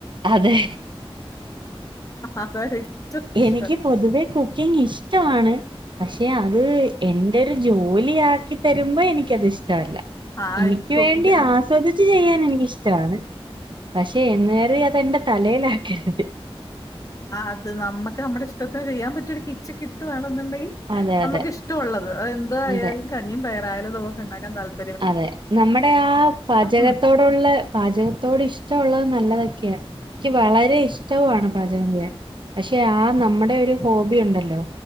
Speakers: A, on the right; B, on the left.
A: അതെ
B: അതായിരിക്കും ഏറ്റവും
A: എനിക്ക്
B: ഇഷ്ടം
A: പൊതുവേ കുക്കിംഗ്‌ കുക്കിംഗ്‌ ഇഷ്ടവാണ് പക്ഷെ അത് എന്റെ ഒരു ജോലി ആക്കി തരുമ്പോ എനിക്കത് ഇഷ്ടവല്ല
B: ആ
A: എനിക്ക്
B: കുക്കിങ്
A: വേണ്ടി ആസ്വദിച്ചു ചെയ്യാൻ എനിക്കിഷ്ടവാണ് പക്ഷെ എന്ന്‌ കരുതി അതെന്റെ തലേലാക്കരുത്
B: അത് നമ്മുക്ക് നമ്മുടെ ഇഷ്ടത്തിന് ചെയ്യാൻ പറ്റിയൊ ഒരു കിച്ചൻ കിട്ടുവാണെന്നുണ്ടെങ്കി
A: അതെ
B: നമുക്ക്
A: അതെ
B: ഇഷ്ടമൊള്ളത് അത് എന്തായാലും
A: അതെ
B: കഞ്ഞിയും പയറായാലും നമുക്ക് ഉണ്ടാക്കാൻ താല്പര്യമു
A: അതെ നമ്മുടെ ആ പാചകത്തോട്
B: ഉം
A: <unintelligible> പാചകത്തോട് ഇഷ്ടള്ളത് നല്ലതൊക്കെയാ എനിക്ക് വളരെ ഇഷ്ടവുണ് പാചകം ചെയ്യാൻ പക്ഷെ ആ നമ്മുടെ ഒരു ഹോബി ഒണ്ടല്ലോ